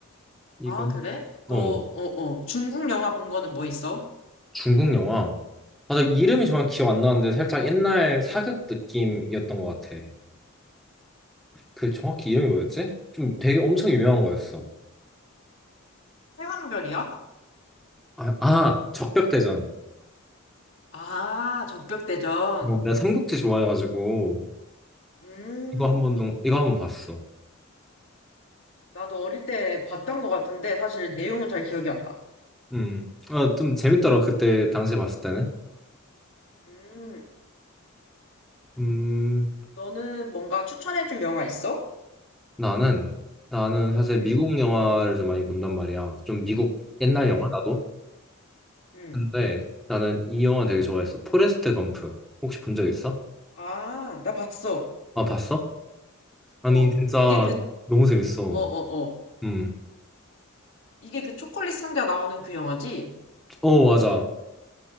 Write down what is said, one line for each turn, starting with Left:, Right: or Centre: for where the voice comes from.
Centre: 이거.
Left: 아, 그래?
Centre: 어.
Left: 너, 어, 어, 중국 영화 본 거는 뭐 있어?
Centre: 중국 영화. 맞아, 이름이 정확히 기억 안 나는데 살짝 옛날 사극 느낌이었던 것 같아. 그 정확히 이름이 뭐였지? 좀 되게 엄청 유명한 거였어.
Left: 태왕별이야?
Centre: 아, 아, 적벽대전.
Left: 아, 적벽대전.
Centre: 뭐, 내가 삼국지 좋아해가지고
Left: 음,
Centre: 이거 한번 좀 이거 한번 봤어.
Left: 나도 어릴 때 봤던 것 같은데, 사실 내용은 잘 기억이 안 나.
Centre: 음, 아, 좀 재밌더라고 그때 당시에 봤을 때는.
Left: 음,
Centre: 음,
Left: 너는 뭔가 추천해줄 영화 있어?
Centre: 나는 나는 사실
Left: 응
Centre: 미국 영화를 좀 많이 본단 말이야. 좀 미국 옛날
Left: 응
Centre: 영화 나도.
Left: 응
Centre: 근데 나는 이 영화 되게 좋아했어. 포레스트 검프. 혹시 본 적 있어?
Left: 아, 나 봤어.
Centre: 아, 봤어? 아니
Left: 어,
Centre: 진짜
Left: 이게 그,
Centre: 너무 재밌어.
Left: 어, 어, 어.
Centre: 음.
Left: 이게 그 초콜릿 상자 나오는 그 영화지?
Centre: 어 맞아.